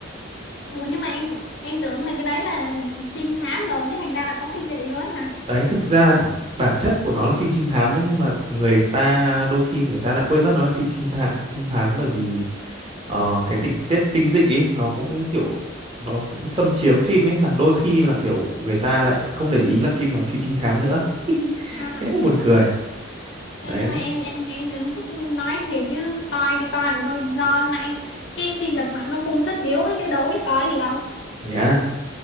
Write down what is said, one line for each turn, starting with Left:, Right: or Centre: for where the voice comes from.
Left: Ủa nhưng mà em em tưởng là cái đấy là trinh thám đồ chứ thành ra là có kinh dị luôn hả
Right: đấy thực ra là bản chất của nó là phim trinh thám đấy nhưng mà người ta đôi khi người ta lại quên mất nó là phim trinh thám trinh thám bởi vì ờ, cái tình tiết kinh dị ấy, nó cũng kiểu nó cũng xâm chiếm phim ấy làm đôi khi là kiểu người ta lại không để ý là phim là phim trinh thám nữa
Left: à.
Right: thế buồn cười
Left: Thế
Right: đấy
Left: nhưng mà em em em em không thích nói thiệt chứ coi đi coi vậy thôi do nay cái phim lật mặt nó phun suất chiếu ấy chứ đâu biết coi gì đâu
Right: thế à